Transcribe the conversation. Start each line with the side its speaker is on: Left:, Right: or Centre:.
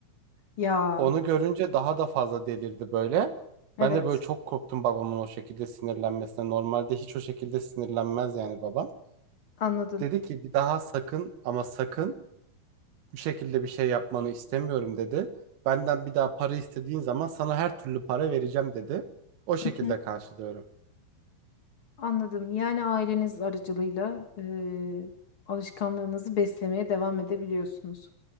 Left: Ya,
Right: Onu görünce daha da fazla delirdi böyle.
Left: evet,
Right: Ben de böyle çok korktum babamın o şekilde sinirlenmesine. Normalde hiç o şekilde sinirlenmez yani babam.
Left: anladım.
Right: Dedi ki bir daha sakın ama sakın bu şekilde bir şey yapmanı istemiyorum dedi. Benden bir daha para istediğin zaman sana her türlü para vereceğim dedi. O şekilde
Left: Hı hı.
Right: karşılıyorum.
Left: Anladım. Yani aileniz aracılığıyla e, alışkanlığınızı beslemeye devam edebiliyorsunuz.